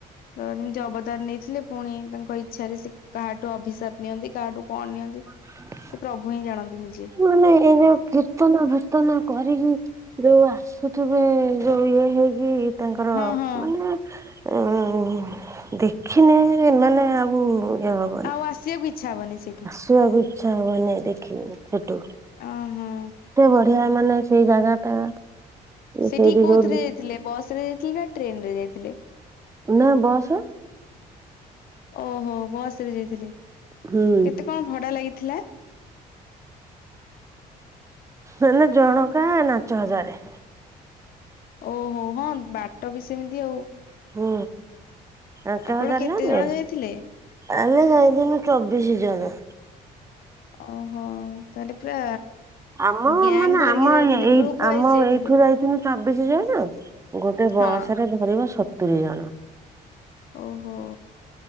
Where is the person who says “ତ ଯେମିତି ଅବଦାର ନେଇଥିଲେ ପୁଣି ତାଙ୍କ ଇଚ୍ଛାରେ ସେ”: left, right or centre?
Left